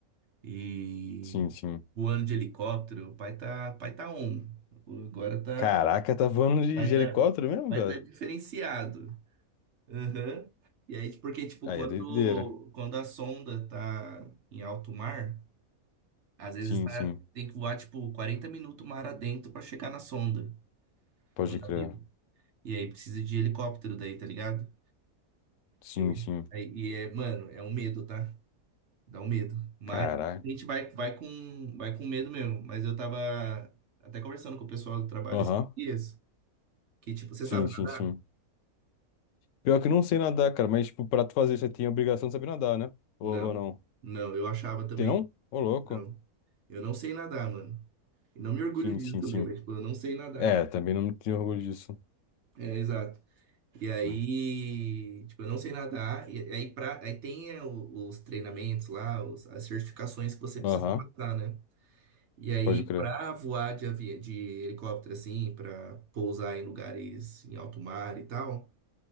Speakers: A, on the right; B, on the left.
A: e
B: sim, sim.
A: voando de helicóptero. O pai tá, pai tá on. Agora tá,
B: Caraca, tá voando de,
A: pai
B: de
A: tá,
B: helicóptero mesmo,
A: pai
B: velho?
A: tá diferenciado. Aham. E aí, tipo, porque, tipo,
B: Aí
A: quando,
B: é doideira.
A: quando a sonda tá em alto mar, às vezes
B: Sim,
A: tá,
B: sim,
A: tem que voar, tipo, 40 minutos mar adentro pra chegar na sonda,
B: pode
A: no navio.
B: crer.
A: E aí precisa de helicóptero daí, tá ligado?
B: Sim,
A: E aí,
B: sim,
A: aí- e é, mano, é um medo, tá? Dá um medo. Mas
B: caraca.
A: a gente vai, vai com, vai com medo mesmo. Mas eu tava até conversando com o pessoal do trabalho
B: Aham,
A: esses dias, que, tipo, você
B: Sim,
A: sabe
B: sim,
A: nadar?
B: sim. Pior que eu não sei nadar, cara, mas, tipo, pra tu fazer, você tem a obrigação de saber nadar, né? Ou,
A: Não.
B: ou não?
A: Não, eu achava também.
B: Tem não? Ô, louco.
A: Não. Eu não sei nadar, mano. E Não me orgulho
B: Sim,
A: disso
B: sim,
A: também,
B: sim.
A: mas, tipo, eu não sei nadar.
B: É, também não me tenho orgulho disso.
A: É, exato. E aí,
B: né?
A: tipo, eu não sei nadar. E aí, pra, aí tem é, o- os treinamentos lá, os- as certificações que você precisa
B: Aham,
A: passar, né? E aí,
B: pode crer.
A: pra voar de, avi... de helicóptero, assim, pra pousar em lugares em alto mar e tal,